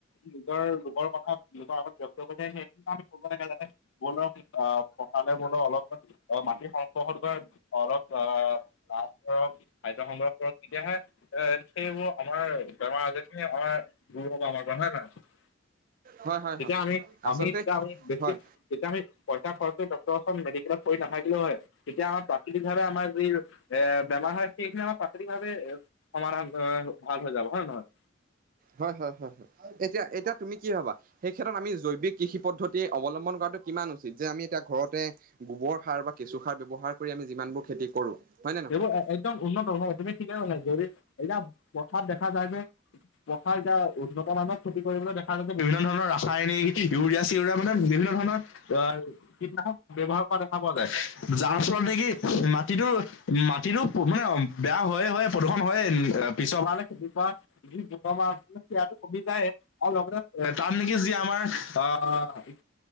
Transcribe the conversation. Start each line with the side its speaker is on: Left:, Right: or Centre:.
Left: নিজৰ ৰোগৰ কথা <unintelligible> অ', মাটি সংস্পৰ্শক কৰা অলপ আহ, লাভ কৰক খাদ্য সংগ্ৰহ কৰক তেতিয়াহে এ সেইবোৰ আমাৰ বেমাৰ আজাৰ খিনি আমাৰ দূৰ হ'ব আমাৰ পৰা হয় নে নহয়?
Right: হয় হয় হয়
Left: তেতিয়া
Right: হয়
Left: আমি
Right: আচলতে
Left: আমি তেতিয়া আমি বেছি
Right: হয়
Left: তেতিয়া আমি পইচা খৰচ কৰি ডক্তৰ ওচৰত মেডিকেলত পৰি নাথাকিলো হয়। তেতিয়া আমাৰ প্ৰাকৃতিভাৱে আমাৰ যি এ বেমাৰ হয়, সেইখিনি আমাৰ প্ৰাকৃতিক ভাৱে সমাধান ভাল হৈ যাব হয় নে নহয়?
Right: হয়, হয়, হয়, হয়, এতিয়া এতিয়া তুমি কি ভাবা? সেই ক্ষেত্ৰত আমি জৈৱিক কৃষি পদ্ধতি অৱলম্বন কৰাটো কিমান উচিত যে আমি এতিয়া ঘৰতে গোবৰ সাৰ বা কেঁচু সাৰ ব্যৱহাৰ কৰি আমি যিমান বোৰ খেতি কৰো হয় নে নহয়।
Left: এইবোৰ এ- একদম উন্নত হব তুমি ঠিকে কৈছা যদি এতিয়া পথাত দেখা যায় যে পথাৰ এতিয়া উন্নত মানত খেতি কৰিবলৈ দেখা যায় যে দুই ধৰণৰ ৰাসায়নিক ইউৰিয়াছ চিউৰিয়া বিলাক মানে বিভিন্ন ধৰণৰ অ', কীটনাশক ব্যৱহাৰ কৰা দেখা পোৱা যায়। যাৰ ফলত নেকি মাটিতো মাটিতো মানে, বেয়া হয়ে হয়, প্ৰদূষণ হয়ে পিছৰ বাৰলে খেতি কৰা <unintelligible> সেইয়াটো পকি যাইয়ে। আৰু লগতে এ তাত নেকি যি আমাৰ আহ